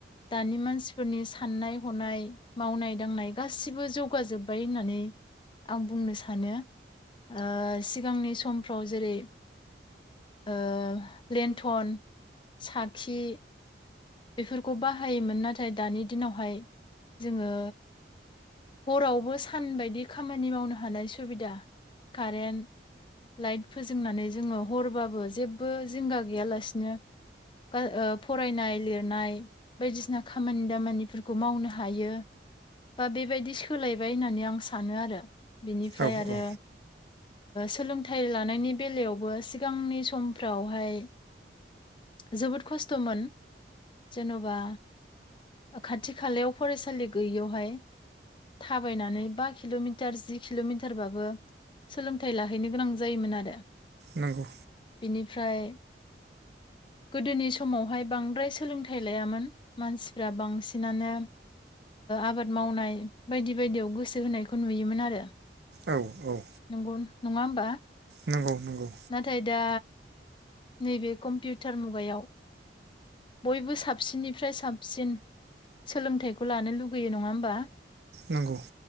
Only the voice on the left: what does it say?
दानि मानसिफोरनि साननाय हनाय मावनाय दांनाय गासिबो जौगाजोब्बाय होननानै आं बुंनो सानो। ओ सिगांनि सम फाव जेरै ओ लेन्थन साखि बेफोरखौ बाहायोमोन नाथाय दानि दिनावहाय जोङो हरावबो सान बायदि खामानि मावनो हानाय सुबिदा कारेन्ट लाइट फोजोंनानै जोङो हरबाबो जेबबो जिंगा गैयालासिनो <unintelligible> फरायनाय लिर रनाय बायदिसिना खामानि दामानिफोरखौ मावनो हायो बा बेबायदि सोलायबाय होननानै आं सानो आरो बेनिफ्राय
आरो
सोलोंथाइ लानायनि बेलायावबो सिगांनि समफ्रावहाय जोबोद खस्थ'मोन। जेन'बा खाथि खालायाव फरायसालि गैयियावहाय थाबायनानै बा किल'मिटार जि किल'मिटारबाबो सोलोंथाइ लाहैनो गोनां जायोमोन आरो
बिनिफ्राय गोदोनि समावहाय बांद्राय सोलों थाइ लायामोन मानसिफ्रा बांसिनानो आबाद मावनाय बायदि बायदियाव गोसो होनायखौ नुयोमोन आरो
नंगौ नङा होमबा
नाथाय दा नैबे कम्पिउटार मुगायाव बयबो साबसिननिफ्राय साबसिन सोलोंथाइखौ लानो लुुगैयो नङा होमबा